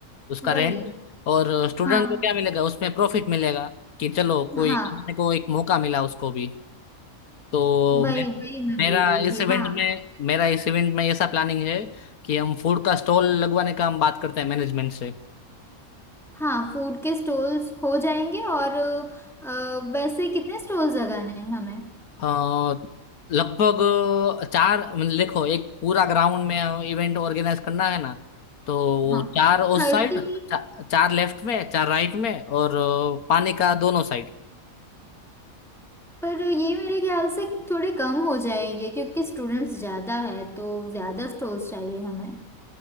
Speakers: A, on the left; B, in the centre.
A: उसका
B: वही
A: रेंट और स्टूडेंट
B: हाँ
A: को क्या मिलेगा उसमें प्रॉफिट मिलेगा कि चलो कोई
B: हाँ
A: कमाने को एक मौका मिला उसको भी तो
B: वही
A: मेरा
B: वही मैं
A: मेरा
B: बोल रही
A: इस
B: थी
A: इवेंट
B: हाँ
A: में मेरा इस इवेंट में ऐसा प्लानिंग है कि हम फूड का स्टॉल लगवाने का हम बात करते हैं मैनेजमेंट से
B: हाँ फूड के स्टॉल्स हो जाएंगे और अ, वैसे कितने स्टॉल्स लगाने हैं हमें
A: अ, लगभग चार मतलब देखो एक पूरा ग्राउंड में इवेंट ऑर्गेनाइज करना है ना तो
B: हाँ
A: चार उस
B: थर्टी
A: साइड चा, चार लेफ्ट में चार राइट में और अ, पानी का दोनों साइड
B: पर ये मेरे ख्याल से थोड़े कम हो जाएंगे क्योंकि स्टूडेंट्स ज्यादा है तो ज्यादा स्टॉल्स चाहिए हमें